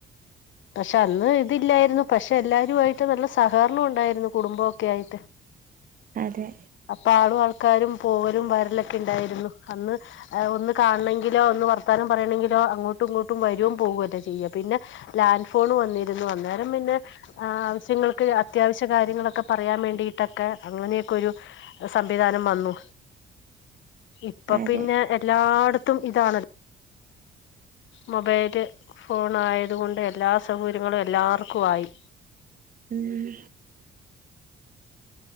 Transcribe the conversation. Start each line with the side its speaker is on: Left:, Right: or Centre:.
Left: പക്ഷെ അന്ന് ഇതില്ലായിരുന്നു പക്ഷെ എല്ലാരുഅയിട്ട് നല്ല സഹകരണം ഉണ്ടായിരുന്നു കുടുംബക്കെ ആയിട്ട്!
Right: അതെ
Left: അപ്പൊ ആറു വർഷ ക്കാരും പോവലും വരലൊക്കെ ണ്ടായിരുന്നു അന്ന് ഒന്ന് കാണെങ്കിലോ ഒന്ന് വർത്താനം പറയണെങ്കിലോ, അങ്ങോട്ടു ഇങ്ങട്ട് പ്പം വരും പോവല്ലേ ചെയ്യ പിന്നെ ലാൻ ഫോൺ വന്നിരുന്നു അന്നേരം പിന്നെ ആവുശ്യങ്ങൾക്ക് ത്യ അത്യാവശ്യ കാര്യങ്ങളൊക്കെ പറയാ വേണ്ടിട്ടൊക്കെ അങ്ങനെക്കെരു സംവിധാനം വന്നു ഇപ്പൊ
Right: അതെ
Left: പിന്നെ എല്ലാടത്തും ഇതാണല്ലോ മൊബൈല് ഫോണയതുകൊണ്ട് എല്ലാ സൗകര്യങ്ങളും എല്ലാർക്കുഅയി
Right: ഉം